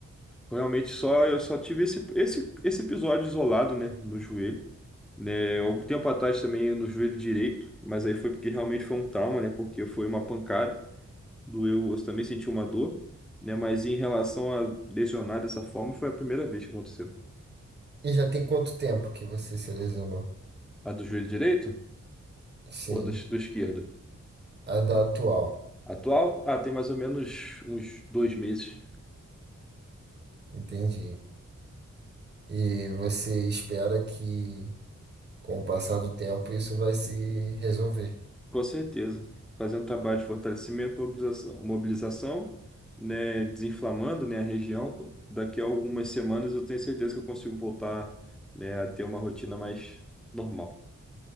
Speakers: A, in the centre; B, on the right.
A: Realmente só eu só tive esse, esse, esse episódio isolado, né, no joelho, né, algum tempo atrás também no joelho direito, mas aí foi porque realmente foi um trauma, né, porque foi uma pancada, doeu, eu também senti uma dor, né, mas em relação a lesionar dessa forma foi a primeira vez que aconteceu.
B: E já tem quanto tempo que você se lesionou?
A: A do joelho direito
B: Sim,
A: ou do, do esquerdo?
B: a da atual,
A: Atual? Ah, tem mais ou menos uns dois meses.
B: entendi. E você espera que, com o passar do tempo, isso vai se resolver.
A: Com certeza. Fazer um trabalho de fortalecimento, mobilização, mobilização, né, desinflamando, né, a região. Daqui a algumas semanas eu tenho certeza que eu consigo voltar, né, a ter uma rotina mais normal.